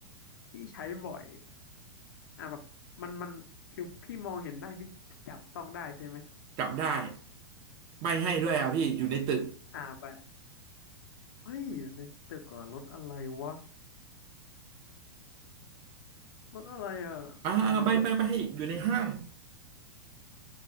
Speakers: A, on the left; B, on the right.
A: พี่ใช้บ่อยอ่าแบบมันมันคือพี่มองเห็นได้พี่พี่จับต้องได้ใช่ไหม
B: จับได้ใบให้ด้วยอ่ะพี่อยู่ในตึก
A: อ่าไปเฮ้ยอยู่ในตึกเหรอรถอะไรวะรถอะไรอ่ะเดี๋ยวนะ
B: อ่าใบไปไปให้อีกอยู่ในห้าง